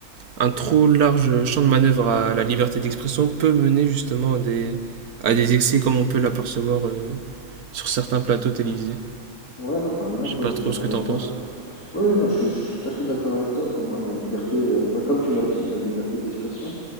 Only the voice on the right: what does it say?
un trop large champ de manœuvre à la liberté d'expression peut mener justement à des, à des excès comme on peut l'apercevoir euh, sur certains plateaux télévisés.
Je sais
pas
trop
ce que
t'en
penses.